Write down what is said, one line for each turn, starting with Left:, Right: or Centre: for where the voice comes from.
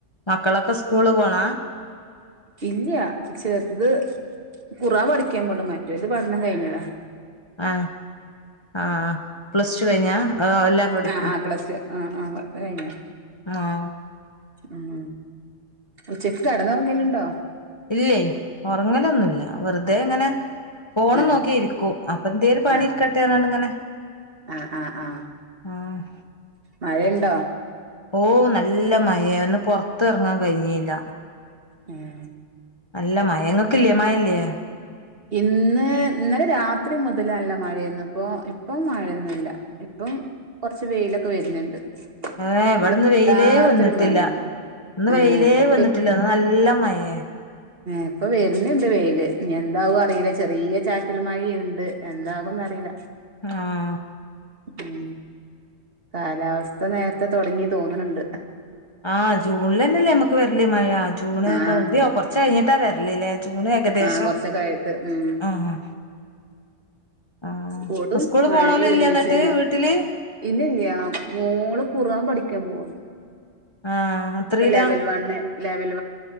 Left: മക്കളൊക്കെ സ്കൂള് പോണാ
Right: ഇല്ല്യാ ചെറുത് ഖുറാൻ പഠിക്കാൻ പോണ്ട് മറ്റവന്റെ പഠനം കയിഞ്ഞതാ
Left: ആഹ് ആഹ് ആഹ് പ്ലസ് ടു കഴിഞ്ഞാ അതോ എല്ലാ പഠിപ്പും
Right: ആഹ് ആഹ് പ്ലസ്ടു ആഹ് ആഹ് പത്തു കഴിഞ്ഞാ
Left: ആഹ്
Right: ഉം ഉച്ചക്ക് ക ടന്നുറങ്ങലുണ്ടോ
Left: ഇല്ലേ ഒറങ്ങലൊന്നുവില്ല വെറുതേ അങ്ങനെ ഫോണ്
Right: ആ
Left: നോക്കിയിരിക്കും അപ്പ എന്തേരു പണിരിക്കട്ടേന്നാണ്ട്
Right: ആ
Left: ഇങ്ങനെ
Right: ആ ആ ആ
Left: ആഹ്
Right: മഴയുണ്ടോ
Left: ഓ നല്ല മയയാ ഒന്ന് പൊറത്ത് ഇറങ്ങാൻ കഴിഞ്ഞീല്ല
Right: ഉം
Left: അല്ല മയ ഇങ്ങക്കല്ലേ മയയില്ലേ
Right: ഇന്ന് ഇന്നലെ രാത്രി മുതലല്ല മഴയന്നും ഇപ്പോ ഇപ്പം മഴയൊന്നുമല്ല ഇപ്പം കുറച്ച് വെയിലൊക്കെ വരുന്നുണ്ട്.
Left: ഏഹ് ഇവിടന്ന്
Right: ഒരു വല്ലാത്തൊരു
Left: വെയിലേ വന്നിട്ടില്ല
Right: മഴയായിരുന്നു
Left: ഇന്ന്
Right: ഏഹ്
Left: വെയിലേ
Right: ഇപ്പൊ
Left: വന്നിട്ടില്ല നല്ല മഴേ
Right: ഇപ്പോ വരുന്നുണ്ട് വെയില്. എന്താവും അറിയില്ല ചെറിയ ചാറ്റില മഴ ഉണ്ട് എന്താകും ന്ന് അറിയില്ല.
Left: ആഹ്.
Right: ഉം കാലാവസ്ഥ നേരത്തെ തുടങ്ങി തോന്നണണ്ട്.
Left: ആഹ് ജൂണിൽ തന്നെല്ലേ നമ്മുക്ക് വരലേ മഴ. ജൂണ്
Right: ആഹ്
Left: പകുതിയാവും കൊറച്ച് കഴിഞ്ഞിട്ടാ വരലില്ലേ ജൂണ് ഏകദേശം
Right: ആഹ് കൊറച്ചൊക്കെ ആയിട്ട് ഉ
Left: ആഹ് ആഹ്
Right: സ്കൂടും
Left: സ്കൂള്
Right: മഴയും
Left: പോണോല് ഇല്ലേ
Right: ഒരുമിച്ച്
Left: എന്നിട്ട്
Right: തന്നെ
Left: വീട്ടില്
Right: ഇന്ന ഇല്ല ഇല്ല മോള് ഖുറാൻ പഠിക്കാൻ പോണ്.
Left: ആഹ്. എത്രീലാ
Right: ഇപ്പ ലെവൽ വണ് ലെവൽ